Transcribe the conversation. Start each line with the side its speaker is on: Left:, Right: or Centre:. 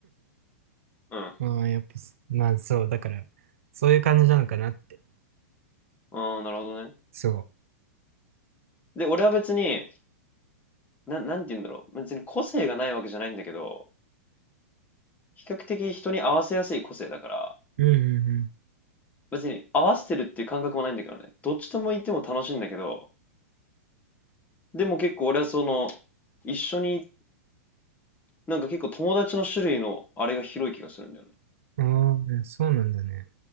Left: う。うん。
Right: まあ、やっぱ、まあそう、だから、そういう感じなのかなって。
Left: うん、なるほどね。
Right: そ
Left: で、俺は別に、なん、なんて言うんだろう。別に個性がないわけじゃないんだけど、比較的人に合わせやすい個性だから、
Right: う。うん、うん、
Left: 別に合わせてるっていう感覚もないんだけどね。どっちとも言っても楽しいんだけど、でも結構俺はその、一緒に、なんか結構友達の種類のあれが広い気がするんだよね。
Right: ああ、そうなんだね。